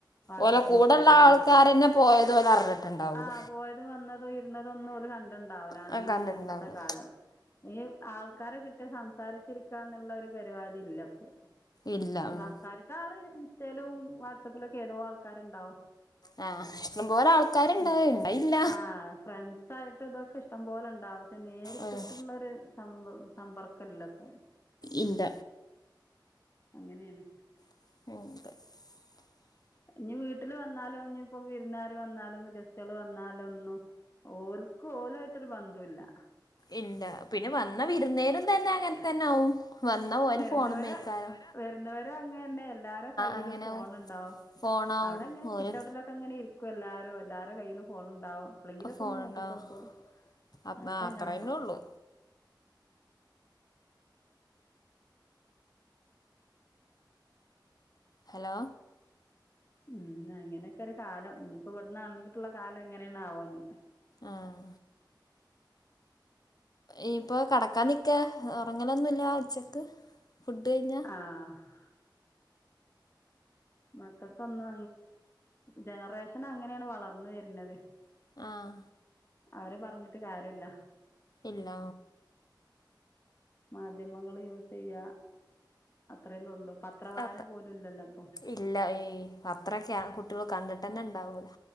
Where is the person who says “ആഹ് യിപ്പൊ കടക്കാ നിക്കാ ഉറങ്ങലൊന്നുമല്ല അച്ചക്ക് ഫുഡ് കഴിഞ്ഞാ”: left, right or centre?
Left